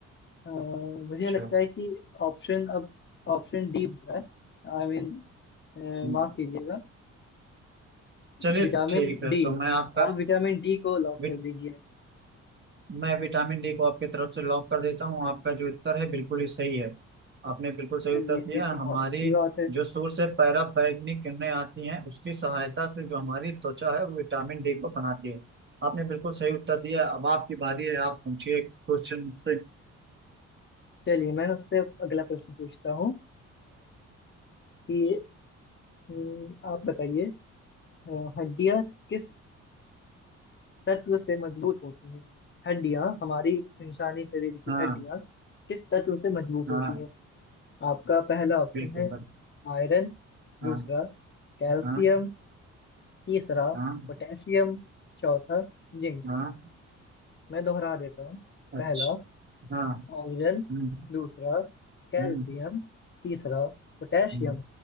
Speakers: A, on the left; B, on the right.
A: अ, मुझे
B: अच्छा
A: लगता है कि ऑप्शन अब ऑप्शन डी दूसरा है आई मीन
B: हम्म।
A: माफ कीजिएगा
B: चलिए
A: विटामिन
B: ठीक है
A: डी
B: तो मैं आपका
A: आप विटामिन डी को लॉक
B: विट-
A: कर दीजिए
B: मैं विटामिन डी को आपकी तरफ से लॉक कर देता हूँ आपका जो उत्तर है बिल्कुल ही सही है आपने बिल्कुल सही
A: चलिए
B: उत्तर दिया
A: ये
B: है।
A: तो बहुत
B: हमारी
A: अच्छी बात है
B: जो सूर्य से पराबैंगनी किरणें आती हैं उसकी सहायता से जो हमारी त्वचा है वो विटामिन डी को बनाती है आपने बिल्कुल सही उत्तर दिया अब आपकी बारी है आप पूछिए क्वेश्चन से
A: चलिए मैं आपसे अब अगला प्रश्न पूछता हूँ अ, कि हम्म, आप बताइए अ, हड्डियाँ किस तत्व से मजबूत होती हैं हड्डियाँ हमारी इंसानी शरीर की
B: हाँ
A: हड्डियाँ किस तत्व से मजबूत
B: हाँ
A: होती हैं आपका पहला ऑप्शन
B: बिल्कुल
A: है
B: बिल्कुल,
A: आयरन दूसरा
B: हाँ
A: कैल्शियम
B: हाँ
A: तीसरा
B: हाँ
A: पोटेशियम चौथा जिंक
B: हाँ
A: मैं दोहरा देता हूँ
B: अच्छा
A: पहला
B: हाँ
A: आयरन
B: हम्म,
A: दूसरा कैल्शियम
B: हम्म,
A: तीसरा पोटेशियम
B: हम्म,